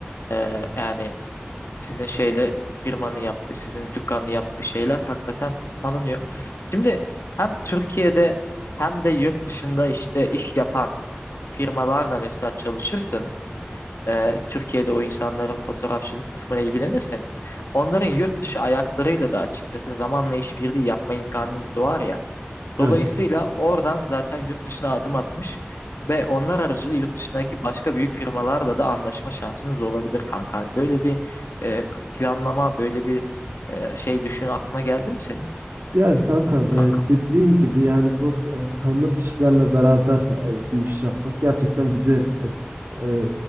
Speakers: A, on the left (about 80°); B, on the right (about 65°).
A: E, yani sizin şeyle firmanın yaptığı, sizin dükkanın yaptığı şeyler hakikaten tanınıyor. Şimdi hem Türkiye'de hem de yurt dışında işte iş yapan firmalarla mesela çalışırsanız e, Türkiye'de o insanların fotoğrafçılık kısmına ilgilenirseniz onların yurt dışı ayaklarıyla da açıkçası zamanla işbirliği yapma imkanınız doğar ya.
B: Evet.
A: Dolayısıyla oradan zaten yurt dışına adım atmış ve onlar aracılığıyla yurt dışındaki başka büyük firmalarla da anlaşma şansınız olabilir kanka. Hani böyle bir e, planlama, böyle bir e, şey düşün aklına geldi mi senin
B: Yani kankam
A: kankam?
B: e, dediğin gibi yani bu e, tanınır kişilerle beraber e, bir iş yapmak gerçekten bizi e, e,